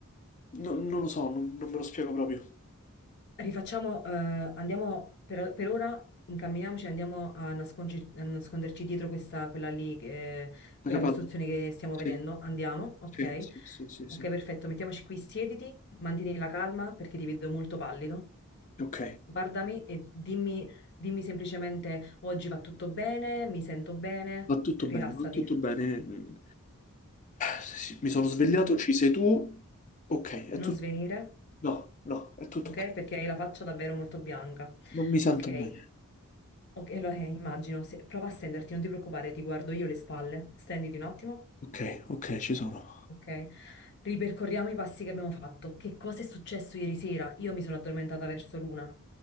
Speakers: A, on the left (about 35°); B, on the left (about 50°).
A: no- non lo so, non, non me lo spiego proprio.
B: Rifacciamo, eh, andiamo per, per ora, incamminiamoci, andiamo a, nascongi- a nasconderci dietro questa, quella lì, che- quella
A: La capanna?
B: costruzione che stiamo
A: Sì,
B: vedendo, andiamo, ok?
A: sì, sì, sì, sì,
B: Ok,
A: sì.
B: perfetto, mettiamoci qui, siediti, mantieni la calma perché ti vedo molto pallido.
A: Ok,
B: Guardami e dimmi, dimmi semplicemente oggi va tutto bene, mi sento bene,
A: va tutto
B: rilassati,
A: bene, va tutto bene. Mm. Sì, sì, Mi sono svegliato,
B: Mm,
A: ci sei tu. Ok, è tutto...
B: non svenire,
A: No, no, è tutto
B: ok?
A: ok.
B: Perché hai la faccia davvero molto bianca.
A: Non mi
B: Ok,
A: sento bene.
B: ok, allora, eh, immagino, se- prova a stenderti, non ti preoccupare, ti guardo io le spalle, stenditi un attimo,
A: Ok, ok, ci sono.
B: ok? Ripercorriamo i passi che abbiamo fatto. Che cosa è successo ieri sera? Io mi sono addormentata verso l'una.